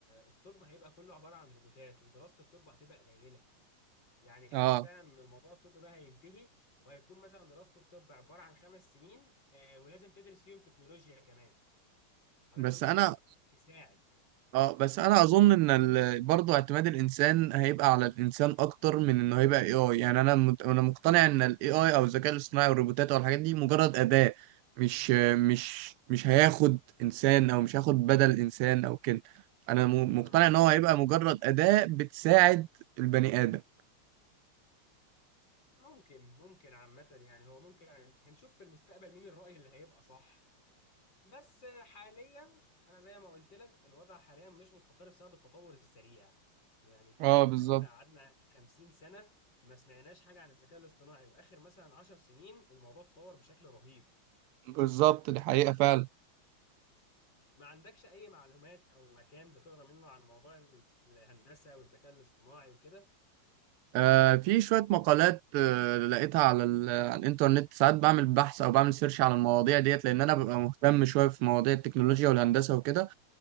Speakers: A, on the left (about 55°); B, on the right (about 85°).
A: الطب هيبقى كله عبارة عن روبوتات ودراسة الطب هتبقى قليلة يعني حاسس
B: اه
A: فعلا ان الموضوع الطب ده هينتهي وهيكون مثلا دراسة الطب عبارة عن خمس سنين آه، ولازم تدرس فيهم تكنولوجيا كمان علشان
B: بس
A: تعرف
B: انا
A: تساعد
B: اه بس انا اظن ان ال... برضه اعتماد الانسان هيبقى على الانسان اكتر من انه هيبقى اي اي يعني انا مت... انا مقتنع ان الاي اي او الذكاء الاصطناعي والروبوتات والحاجات دي مجرد اداة مش مش مش هياخد انسان او مش هياخد بدل انسان او كده انا م...
A: مم.
B: مقتنع ان هو هيبقى مجرد اداة بتساعد البني ادم
A: ممكن ممكن عامة يعني هو ممكن يعني هنشوف في المستقبل مين الرأي اللي هيبقى صح بس آه، حاليا انا زي ما قلت لك الوضع حاليا مش مستقر بسبب التطور السريع يعني فاهم
B: اه
A: احنا
B: بالظبط
A: قلنا قعدنا 50 سنة ما سمعناش حاجة عن الذكاء الاصطناعي واخر مثلا 10 سنين الموضوع تطور بشكل رهيب
B: بالظبط دي حقيقة فعلا
A: ما عندكش اي معلومات او مكان بتقرا منه عن موضوع ال- الهندسه والذكاء الاصطناعي وكده
B: آه، في شوية مقالات آه، لقيتها على ال- على الإنترنت ساعات بعمل بحث أو بعمل سيرش على المواضيع ديت لأن أنا ببقى مهتم شوية في مواضيع التكنولوجيا والهندسة وكده